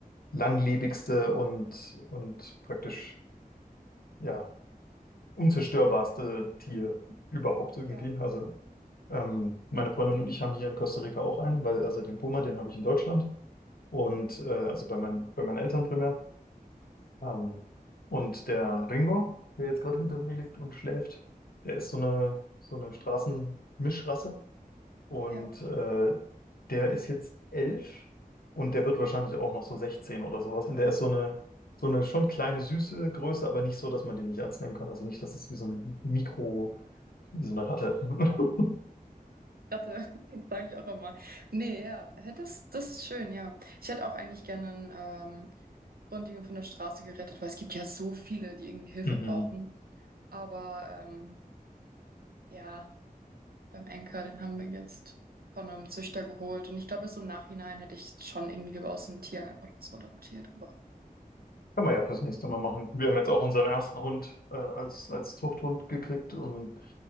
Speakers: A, on the left; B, on the right.
A: langlebigste und, und praktisch ja unzerstörbarste Tier überhaupt irgendwie.
B: Ja.
A: Also ähm, meine Freundin und ich haben hier in Costa Rica auch einen, weil also den Puma, den habe ich in Deutschland und äh, also bei meinen, bei meinen Eltern primär. Ähm, und der Ringo, der jetzt gerade hinter mir liegt und schläft, der ist so eine, so eine Straßenmischrasse. Und
B: Ja.
A: äh, der ist jetzt elf und der wird wahrscheinlich auch noch so 16 oder sowas. Und der ist so eine, so eine schon kleine, süße Größe, aber nicht so, dass man den nicht ernst nehmen kann. Also nicht, dass es wie so ein Mikro, wie so eine Ratte. <laughs>
B: Ratte, <laughs> sage ich auch immer. Nee, ja, hä, das, das ist schön, ja. Ich hätte auch eigentlich gerne einen ähm, Rundjungen von der Straße gerettet, weil es gibt ja so viele, die irgendwie Hilfe
A: Mhm.
B: brauchen. Aber ähm, ja, beim Enker, den haben wir jetzt von einem Züchter geholt. Und ich glaube, bis im Nachhinein hätte ich schon irgendwie lieber aus einem Tierheim oder so adoptiert. Aber
A: Kann man ja fürs nächste Mal machen. Wir haben jetzt auch unseren ersten Hund äh, als, als Zuchthund gekriegt und